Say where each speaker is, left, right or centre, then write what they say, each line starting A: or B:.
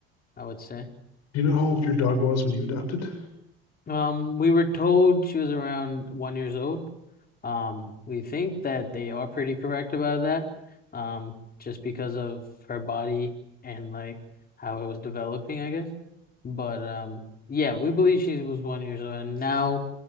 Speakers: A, on the left (about 30°); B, on the left (about 65°).
A: I would say.
B: you know how old your dog was when you adopted?
A: Um, we were told she was around one years old. Um, we think that they are pretty correct about that. Um, just because of her body and like how it was developing, I guess. But um, yeah, we believe she was one years old, and now